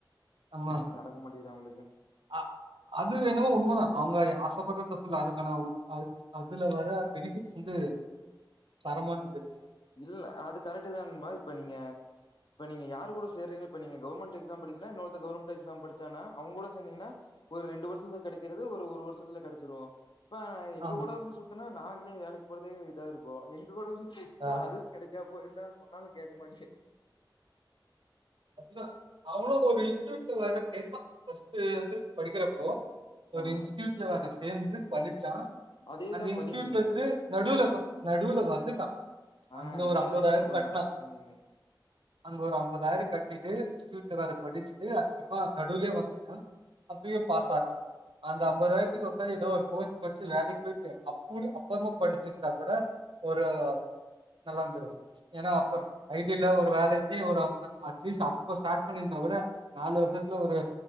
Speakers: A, on the right; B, on the left.
A: ஆமா
B: ஒன்னு நடக்க மாட்டேங்குது அவுங்களுக்கு
A: அஅ அது வேணுமோ உண்மைதான் அவங்க ஆசைப்படுற தப்புல்ல அதுக்கான அது அதுல வர பெனிஃபிட்ஸ் வந்து தரமானது இல்லையா
B: இல்ல அது கரெக்ட் தான்பாய் இப்ப நீங்க இப்ப நீங்க யார் கூட சேறீங்க இப்ப நீங்க கவுர்மெண்ட் எக்ஸாம் படிக்கன்னா இன்னொருத்த கவுர்மெண்ட் எக்ஸாம் படிச்சானா அவங்க கூட சேந்தீங்கன்னா ஒரு ரெண்டு வருஷத்துல கிடைக்கிறது ஒரு ஒரு வருஷத்துல கிடைச்சிரும் இப்ப எங்க
A: ஆமா.
B: கூட வந்து சுத்துனா நாங்களே வேலைக்கு போறதே இதா இருக்கும் எங்க கூட வந்து சுத்தி சுத்ர
A: ஆ,
B: அது கிடைக்கா போயிர்ல சொன்னாலிங் கேட்க மாட்டி
A: அதுதான். அவனும் ஒரு இன்ஸ்டியூட்ல வர கேப்பான் பஸ்ட்ட் வந்து படிக்கிறப்போ ஒரு
B: ஆ
A: இன்ஸ்டியூட்ல வர சேந்து படிச்சான்
B: அதேதா
A: அந்த இன்ஸ்டூட்ல
B: பண்ணிட்டு இருந்தாங்க
A: இருந்து நடுல நடுவுல வந்துட்டான்
B: ஆ
A: அங்க
B: இதேதா
A: ஒரு அம்பதாயிரம்
B: இவனு பண்ணா
A: கட்னா
B: ம்
A: அங்க ஒரு அம்பதாயிரம் கட் இதே இன்ஸ்டூட்ல வேற படிச்சுட்டு அதுக்கப்புறமா நடுலயே வந்துட்டு அப்பியே பாஸ் ஆகல அந்த ஐம்பதுாயிரத்துக்கு ஒக்காது எதோ ஒரு கோர்ஸ்டிச்சு வேலைக்கு போயிட்டு அப்புடி அப்புறமா படிச்சிருந்தா கூட ஒரு நல்லா இருந்துருக்கும் ஏன்னா அப்ப
B: ஆ
A: ஐடில ஒரு வேலை இன்னக்கி ஒரு <unintelligible> அட்லீஸ்ட் அப்ப ஸ்டார்ட் பண்ணிருந்தா கூட நாலு வருஷத்துல ஒரு